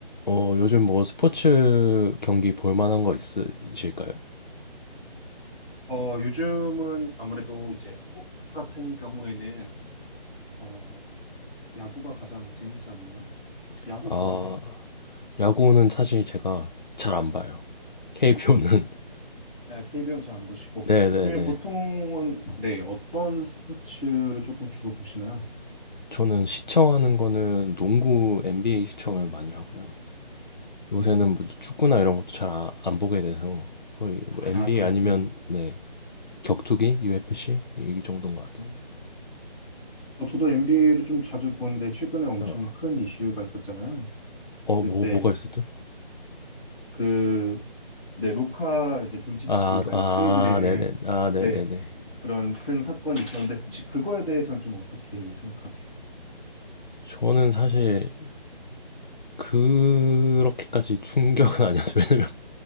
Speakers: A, on the left (about 50°); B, in the centre.
A: 어, 요즘 뭐 스포츠 경기 볼 만한 거 있으실까요?
B: 어, 요즘은 아무래도 이제 한국 같은 경우에는 어, 야구가 가장 재밌지 않나요? 혹시 야구
A: 아,
B: 좋아하세요?
A: 야구는 사실 제가 잘 안 봐요. k p o 는 <laughs>
B: 아, KBO는 잘 안 보시고.
A: 네네네.
B: 그러면 보통은 네, 어떤 스포츠를 조금 주로 보시나요?
A: 저는 시청하는 거는 농구 NBA 시청을 많이 하고요. 요새는
B: 네.
A: 뭐 축구나 이런 것도 잘 아, 안 보게 돼서 거의 뭐 NBA
B: 아, 그렇군요.
A: 아니면 네, 격투기, UFC 이 정도인 것 같아요.
B: 음, 어, 저도 NBA를 좀 자주 보는데 최근에 엄청
A: 어,
B: 큰 이슈가 있었잖아요.
A: 어,
B: 그,
A: 뭐,
B: 네.
A: 뭐가 있었죠?
B: 그, 네, 루카 이제 돈치치가
A: 아, 아,
B: 이제 트레이드되는
A: 네네. 아, 네네네.
B: 네, 그런 큰 사건이 있었는데 혹시 그거에 대해서는 좀 어떻게 생각하세요?
A: 저는 사실 그렇게까지 충격은 아니었어요. <laughs> 왜냐면